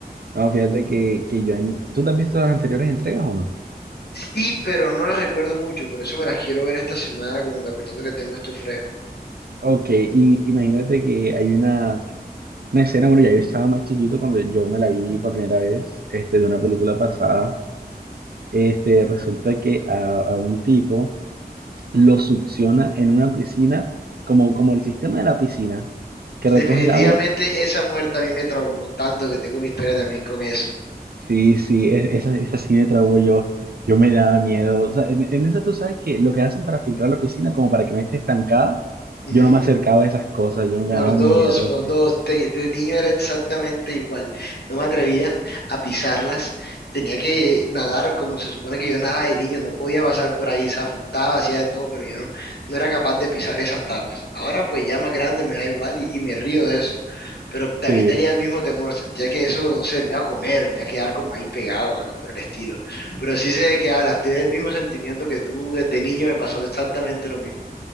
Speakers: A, on the right; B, on the left.
A: No, fíjate que, que yo en... ¿Tú te has visto las anteriores entregas o no?
B: Sí, pero no las recuerdo mucho, por eso me las quiero ver esta semana, como que aprovechando que tengo esto fresco.
A: Ok, y imagínate que hay una, una escena, bueno, ya yo estaba más chiquito cuando yo me la vi por primera vez, este, de una película pasada, este, resulta que a, a un tipo lo succiona en una piscina, como, como el sistema de la piscina, que recoge
B: Definitivamente
A: el agua,
B: esa muerte a mí me traumó tanto que tengo una historia también con eso.
A: Sí, sí, e- esa, esa sí me traumó yo. Yo me daba miedo. O sea, en, en esa tú sabes que lo que hacen para filtrar la piscina, como para que no esté estancada,
B: Ujú.
A: yo no me acercaba a esas cosas, yo me
B: Por
A: daba un
B: dos,
A: miedo.
B: por dos. Te- de niño era exactamente igual. No me atrevía a pisarlas. Tenía que nadar como se supone que yo nadaba de niño. No podía pasar por ahí. Se flotaba, hacía de todo, pero yo no, no era capaz de pisar esas tapas. Ahora pues ya más grande me da igual y, y me río de eso. Pero también
A: Sí.
B: tenía el mismo temor. Sentía que eso, no sé, me iba a comer, me iba a quedar como ahí pegado, algo por el estilo. Pero sí sé de qué hablas. Tuve el mismo sentimiento que tú. Desde niño me pasó exactamente lo mismo.